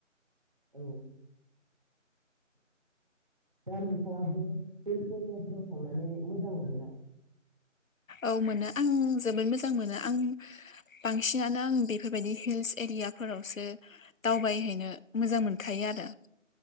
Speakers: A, on the right; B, on the left.
A: औ दा नोंथाङाबो हिल्स एरियाफोराव थांनानै मोजां मोनोना?
B: औ मोनो आं जोबोद मोजां मोनो आं बांसिनानो आं बेफोरबायदि हिल्स एरियाफोरावसो दावबायहैनो मोजां मोनखायो आरो।